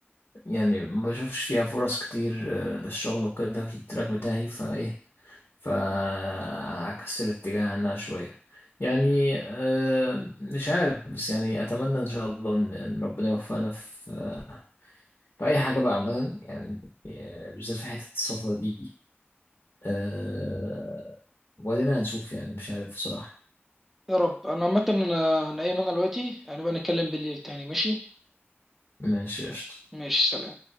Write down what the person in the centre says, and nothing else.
يا رب انا عامه انا انا ايمن دلوقتي انا بقى نتكلم بالليل تاني ماشي
ماشي سلام